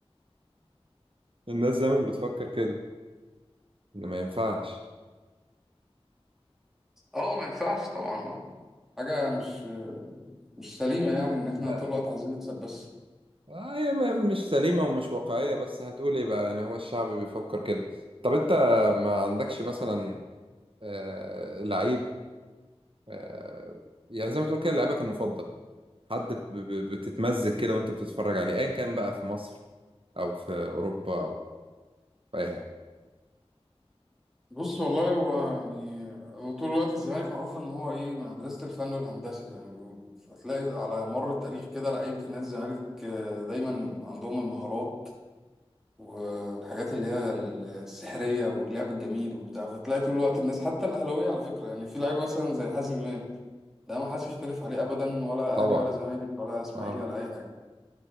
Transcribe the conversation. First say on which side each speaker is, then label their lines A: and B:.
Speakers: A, on the right; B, in the centre.
A: <laughs> الناس دايما بتفكر كده إن ما ينفعش
B: اه ما ينفعش طبعا اه حاجة مش مش سليمة يعني إن إحنا
A: آه،
B: طول الوقت عايزين نكسب بس
A: آه، هي م- مش سليمة ومش واقعية بس هتقول ايه بقى يعني هو الشعب بيفكر كده طب انت ما عندكش مثلا آه لعيب آه يعني زي ما تقول كده لعيبك المفضل حد ب- ب- بتتمزج كده وانت بتتفرج عليه ايا كان بقى في مصر او في اوروبا او في اي حاجة
B: بص والله هو يعني هو طول الوقت الزمالك معروف إن هو إيه مدرسة الفن والهندسة زي ما بيقولوا فتلاقي على مر التاريخ كده لعيبة النادي الزمالك آه، دايما عندهم المهارات والحاجات اللي هي السحرية واللعب الجميل وبتاع فتلاقي طول الوقت الناس حتى الأهلاوية على فكرة يعني في لعيبة مثلا زي حازم إمام ده ما حدش يختلف عليه أبدا ولا
A: طبعا
B: أهلي ولا زمالك ولا إسماعيلي
A: اه
B: ولا أي حاجة